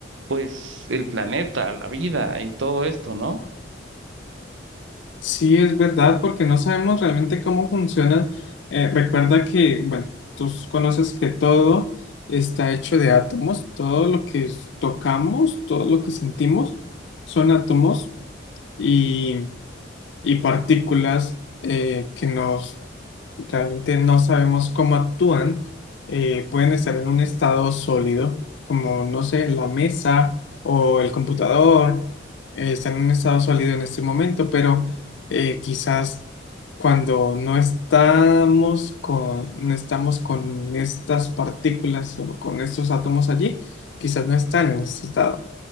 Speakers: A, on the right; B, on the left.
A: pues, el planeta, la vida y todo esto, ¿no?
B: Sí, es verdad, porque no sabemos realmente cómo funcionan. Eh, recuerda que, bueno, tú conoces que todo está hecho de átomos, todo lo que tocamos, todo lo que sentimos son átomos y, y partículas eh, que nos realmente no sabemos cómo actúan, eh, pueden estar en un estado sólido, como, no sé, la mesa o el computador, eh, están en un estado sólido en este momento, pero eh, quizás cuando no estamos con, no estamos con estas partículas o con estos átomos allí, quizás no están en ese estado.